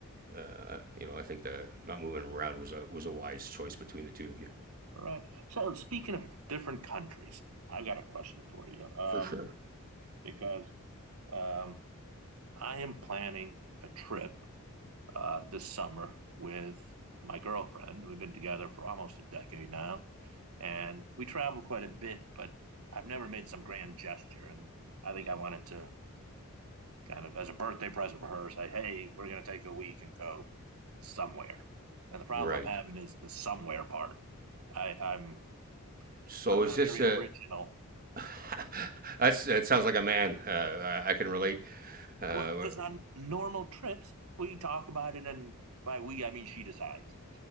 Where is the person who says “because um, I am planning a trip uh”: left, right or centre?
Right